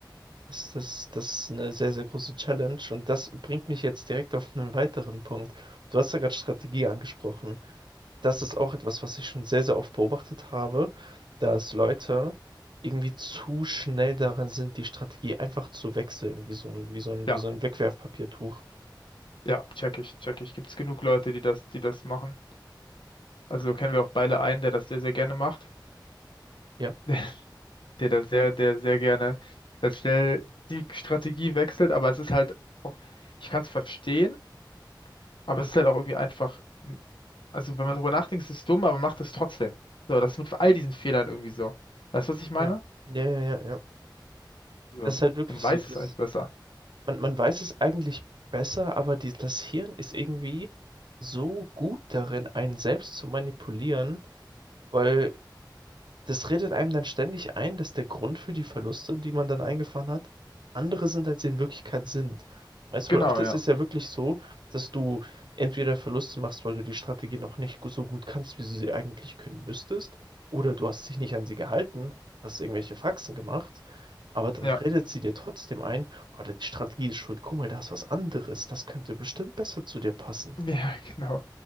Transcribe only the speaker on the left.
Ja,
ja, check ich, check ich. Gibt's genug Leute, die das, die das machen? Also kennen wir auch beide einen, der das sehr, sehr gerne macht.
<laughs> Der da sehr, der sehr gerne dann schnell die Strategie wechselt, aber es ist halt auch, ich kann es verstehen Aber es ist halt auch irgendwie einfach, also wenn man darüber nachdenkt, ist es dumm, aber macht es trotzdem. So, das ist mit all diesen Fehlern irgendwie so. Weißt du, was ich meine?
So,
man weiß
es eigentlich besser.
Genau,
ja.
Ja,
ja, <laughs> genau.